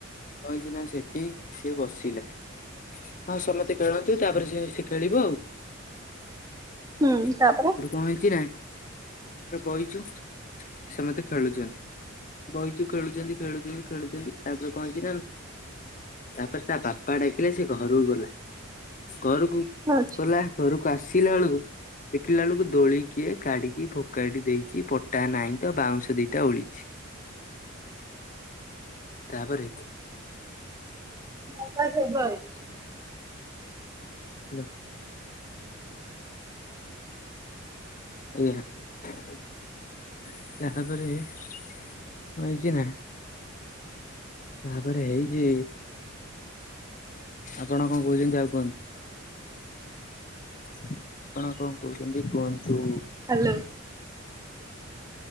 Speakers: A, on the left; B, on the right.
A: ହଛିିନା ସେଠୀ ସିଏ ବସିଲା ହଁ ସମସ୍ତେ ଖେଳନ୍ତି ତାପରେ ସିଏ ସିଏ ଖେଳିବ ଆଉ। ସେଠୁ
B: ହୁଁ ତାପରେ
A: କଣ ହେଇଛି ନା ବଇଛୁ। ସମସ୍ତେ ଖେଳୁଛନ୍ତି। ବଇଛୁ ଖେଳୁଛନ୍ତି ଖେଳୁଛନ୍ତି ଖେଳୁଛନ୍ତି ତାପରେ କଣ ହେଇଛି ନା ତାପରେ ତା ବାପା ଡାକିଲେ ସେ ଘରକୁ ଗଲା। ଘରକୁ
B: ଆଚ୍ଛା।
A: ଗଲା ଘରକୁ ଆସ ପିଲା ମାନଙ୍କୁ ଦେଖିଲା ବେଳକୁ ଦୋଳିକିଏ କାଢିକି ଫୋକାଡି ଦେଇଛି ପଟା ନାହିଁ ତ ବାଉଁଶ ଦିଟା ଓଳିଛି। ତାପରେ
B: ବାପା ସେ ଘରେ।
A: ହ୍ୟାଲୋ ଆଜ୍ଞା ତାପରେ କଣ ହେଇଚି ନା ତାପରେ ହେଇଛି ଆପଣ କଣ କହୁଛନ୍ତି ଆଗ କୁହନ୍ତୁ। ଆପଣ କଣ କହୁଛନ୍ତି କୁହନ୍ତୁ।
B: ହ୍ୟାଲୋ